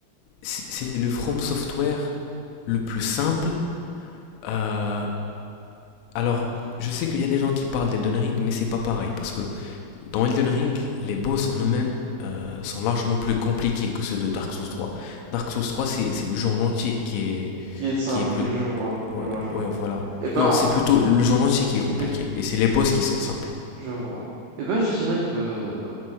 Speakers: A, on the left; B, on the right.
A: c'est c'est le From Software le plus simple. Euh, alors, je sais qu'il y a des gens qui parlent d'Elden Ring, mais c'est pas pareil parce que Dans Elden Ring, les boss en eux-mêmes euh, sont largement plus compliqués que ceux de Dark Souls 3. Dark Souls 3, c'est c'est le jeu en entier qui est,
B: Qui est simple,
A: qui est plus...
B: oui, je vois,
A: Ouais,
B: je vois, je
A: ouais,
B: vois.
A: voilà.
B: Eh ben,
A: Non, c'est plutôt le jeu en entier qui est compliqué.
B: eh,
A: Et c'est les boss qui sont simples.
B: je vois. Eh ben, je dirais que,